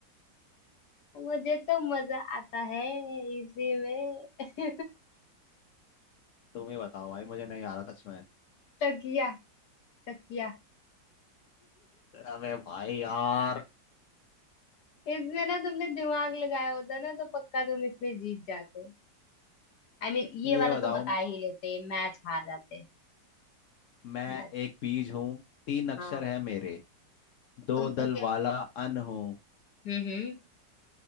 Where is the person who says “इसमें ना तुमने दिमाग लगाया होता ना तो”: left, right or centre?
Left